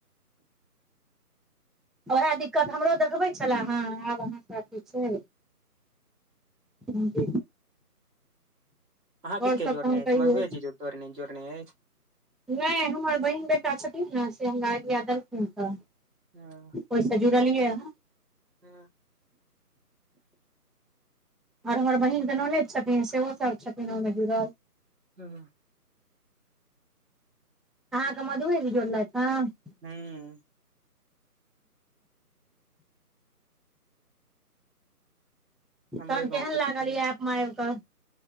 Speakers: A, in the centre; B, on the right.
A: उएह दिक्कत हमरो देखबै छलए हेँ आब अहाँके अथी छै <unintelligible>
B: अहाँ
A: आओर
B: के
A: सब
B: के जोड़ने
A: तऽ हम कहियौ
B: अछि मधुएजी जोड़ने जोड़ने अछि
A: नहि हमर बहिन बेटा छथिन ने से हमरा आइडिया देलखिन तऽ
B: हँ
A: ओहिस जुड़लीयै ह
B: हँ
A: आओर हमर बहिनके नन्दि छथिन सेहो सब छथिन ओहिमे जुड़ल
B: ह <unintelligible>
A: अहाँके मधुए जी जोड़लथि ह
B: हूँ
A: तहन
B: हमरे गाँव
A: केहन
B: के छथिन
A: लागल ई ऐपमे आबि कऽ